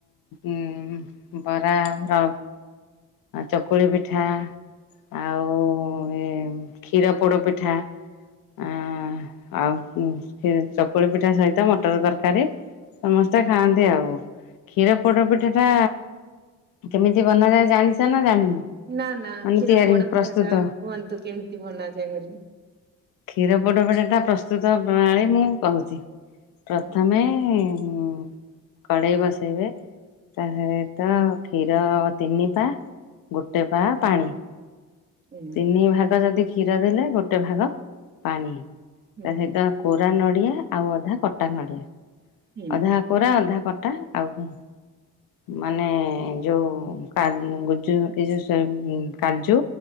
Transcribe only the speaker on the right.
ନା ନା
କ୍ଷୀର
ପୋଡପିଠା
ଟା କୁହନ୍ତୁ କେମିତି ବନାଯାଏ ବୋଲି।
ହୁଁ
ହୁଁ
ହୁଁ
ହୁଁ